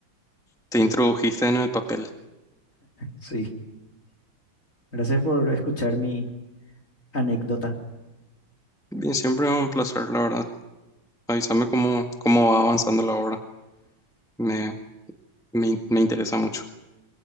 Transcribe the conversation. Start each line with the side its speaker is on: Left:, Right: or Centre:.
Centre: te introdujiste en el papel.
Left: Sí, gracias por escuchar mi anécdota.
Centre: Bien, siempre es un placer, la verdad. Avísame cómo, cómo va avanzando la obra. Me, me, me interesa mucho.